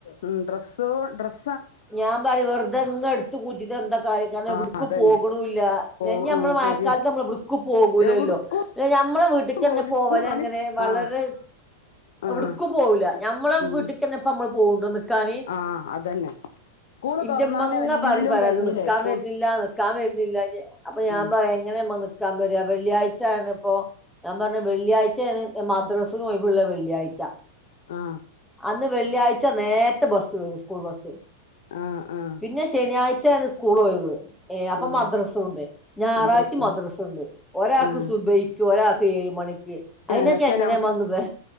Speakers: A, on the left; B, in the centre.
A: ഉം ഡ്രസ്സോ ഡ്രസ്
B: ഞാൻ പറിം വെർധങ്ങ് എടുത്ത് കൂട്ടിട്ട് എന്താ കാര്യം എവിടക്
A: ആഹ് അതന്നെ
B: പോകുണില്ല
A: പോ
B: ഞ് ഞമ്മൾ
A: ഉം
B: മഴക്കാലത്ത്
A: ശരിയ
B: നമ്മൾ എവിടക്ക് പോകൂലല്ലോ
A: എവിടുക്കും
B: ഞമ്മളെ വീട്ട്ക് കന്നേ
A: പോവൂല
B: പോവലെങ്ങനെ
A: സ്കൂൾ
B: വളരെ
A: ആഹ് ആഹ്
B: എവിടക്കും പോവുംല്ല ഞമ്മളെ
A: ഉം
B: വീട്ക് ന്ന്യ പ്പം നമ്മള് പോക്ണ്ടോ നിക്കാന്
A: ആഹ് അതന്നെ സ്കൂള്
B: ന്റെമ്മങ്ങ
A: തുറന്നാല് എല്ലും
B: പറിം പരാതി
A: കഴിഞ്ഞില്ലേ
B: നിക്കാൻ
A: സ്കൂൾ
B: വര് ന്നില്ല നിക്കാൻ വര്ന്നില്ല അപ്പൊ ഞാൻ
A: ഉം
B: പറയാ എങ്ങനെയമ്മ നിക്കാൻ വര വെള്ളിയാഴ്ചാണ് ഇപ്പൊ ഞാൻ പറഞ്ഞ വെള്ളിയാഴ്ചാണ് മദ്രാസിന് ഒയിവ്ള്ള വെള്ളിയാഴ്ച
A: ആഹ്
B: അന്ന് വെള്ളിയാഴ്ച നേത്തെ ബസ്സ് വരും സ്കൂൾ ബസ്സ്
A: ആഹ് ആഹ്
B: പിന്നെ ശനിയാഴ്ചയാണ് സ്കൂൾ ഒഴിവ് ഏ അപ്പൊ
A: ആഹ്
B: മദ്രസുണ്ട് ഞായറാഴ്ച്ചിം
A: മദ്രസ
B: മദ്രസുണ്ട് ഒരാൾക്ക്
A: ആഹ്
B: സുബൈ ക്ക് ഒരാൾക്ക് ഏയ് മണിക്ക് അതിനൊക്കെ
A: ഏഹ് പക്ഷെ
B: എങ്ങനെമ്മ
A: നം